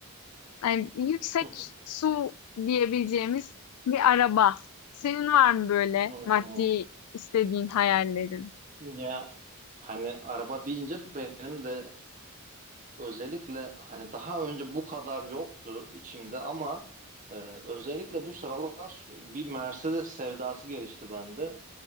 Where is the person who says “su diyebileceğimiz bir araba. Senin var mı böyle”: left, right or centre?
Left